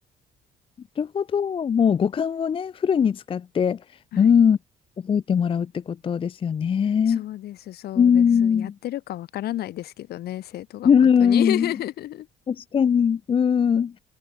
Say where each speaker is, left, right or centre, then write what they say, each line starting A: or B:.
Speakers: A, on the left; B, on the left.
A: なるほど。もう五感をね、フルに使って、
B: はい
A: うん、覚えてもらうってことですよね。
B: そうです、そうです。
A: うん。
B: やってるかわからないですけどね、生徒が本当に
A: うん。
B: <laughs>
A: 確かに。うん。